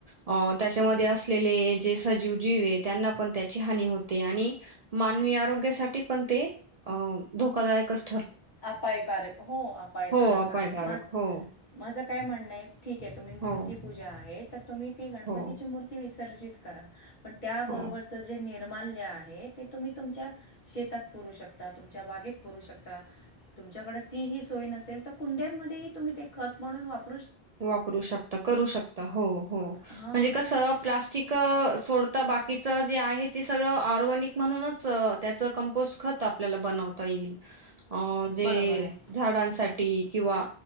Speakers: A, on the right; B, on the left.
A: अ त्याच्यामध्ये
B: हम्म.
A: असलेले ज सजीव जीवे त्यांना पण त्याची हानी होते आणि मानवी आरोग्यासाठी पण ते धोकादायक अस
B: अपायकारक हो अपायकारक
A: हो अपायकारक
B: आहे माझ
A: हो
B: माझं काय म्हणणं आहे ठीक आहे तुम्ही मूर्तीपूजा
A: हो
B: आहे तर तुम्ही ती गणपतीची
A: हो
B: मूर्ती विसर्जित करा पण त्याबरोबरच
A: हो
B: जे निर्माल आहेत ते तुम्ही तुमच्या शेतात पुरू शकता तुमच्या बागेत पुरू शकता तुमच्याकडे ती ही सोय नसेल तर कुंड्यांमध्येही तुम्ही ते खत म्हणून वापर
A: वापरू शकता करू शकता हो हो म्हणजे
B: हां
A: कसं प्लास्टिक सोड आता बाकीच जे आहे ते सगळं ऑर्गॅनिक म्हणूनच त्याचं कंपोस्ट खत आपल्याला बनवत येईल अ जे
B: बरोबर आहे
A: झाडांसाठी किंवा